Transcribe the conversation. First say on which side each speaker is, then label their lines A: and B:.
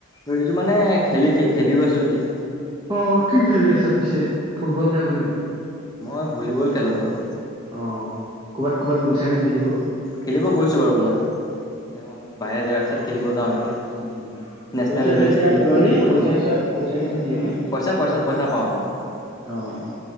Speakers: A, on the left; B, on the right.
A: দৌৰিছো মানে খেলি খ খেলিও আছো এতিয়া।
B: অ' কি খেলি আছা পিছে ফুটবল নে ভলীবল?
A: মই ভলীবল খেলোঁ আৰু।
B: অ' ক'বাত-ক'বাত গৈছা নে খেলিব।
A: খেলিব গৈছো বাৰু মই এ বাহিৰ ৰাস্তাত খেলিব যাওঁ এতিয়া
B: উম,
A: নেচনেল
B: পইচা
A: লেভেল
B: চইচা
A: ষ্টেট লেভেলত
B: পোৱা
A: খেলিব
B: নাই পইচা
A: যাওঁ
B: হিচা পইচা হিচা দিয়ে নাই?
A: পইচা পইচা পইচা পাওঁ পাওঁ পাওঁ
B: অ'